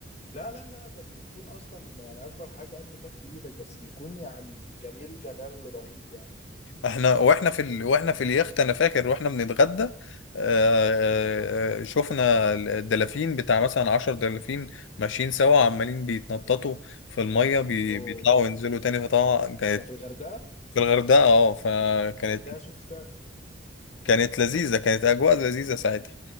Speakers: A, on the left (about 35°); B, on the left (about 75°).
A: لا لا لا ده بيكون اصلا يعني اكبر حاجه قد كف ايدك بس بيكون يعني جميل جمال رهيب يعني
B: احنا واحنا في ال... واحنا في اليخت انا فاكر واحنا بنتغدى آه، آه، آه، شفنا ال- الدلافين بتاع مثلا عشر دلافين ماشيين سوا عمالين بيتنططوا في المية بي...
A: اوه
B: بيطلعوا وينزلوا تاني فطبعا كانت
A: ده في الغردقه
B: في الغردقة اه فكانت
A: الغردقه شفت فيها
B: كانت لذيذة كانت أجواء لذيذة ساعتها